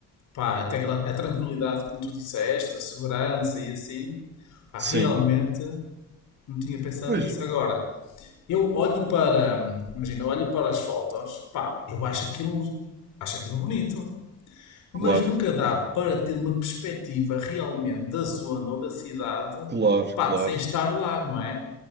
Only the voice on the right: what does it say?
sim,
pois,
claro,
claro,
claro.